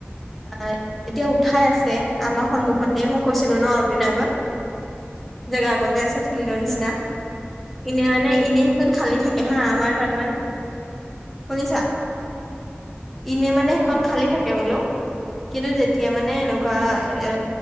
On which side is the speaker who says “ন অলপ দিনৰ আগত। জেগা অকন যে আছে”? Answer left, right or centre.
Centre